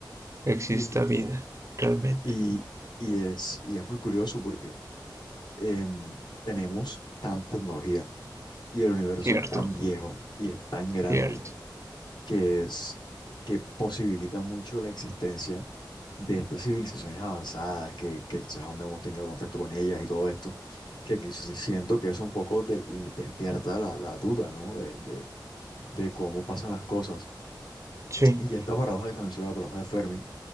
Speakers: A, on the right (about 40°); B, on the left (about 70°).
A: exista
B: Y,
A: vida, realmente.
B: y, y es, y es muy curioso porque em, tenemos tanta tecnología y el universo
A: Cierto,
B: es tan viejo y es tan grande
A: cierto.
B: que es que posibilita mucho la existencia de estas civilizaciones avanzadas que, que quizás aún no hemos tenido contacto con ellas y todo esto, que, que sí siento que eso un poco de- despierta la, la duda, ¿no? De, de, de cómo pasan las cosas.
A: Sí,
B: Y esta paradoja que te menciono, la paradoja de Fermi,